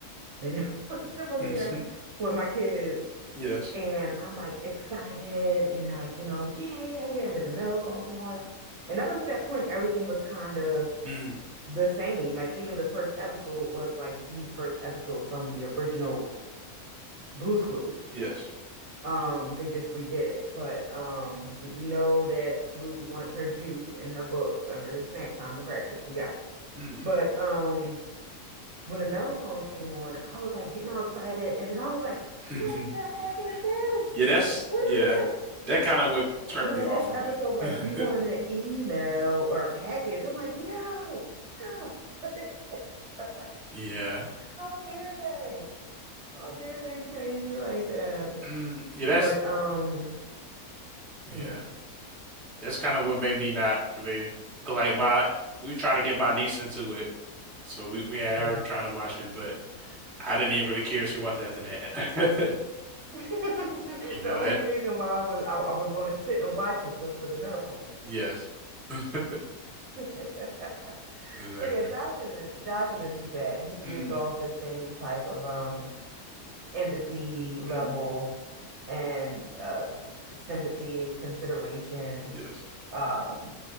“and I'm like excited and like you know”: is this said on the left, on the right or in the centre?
Right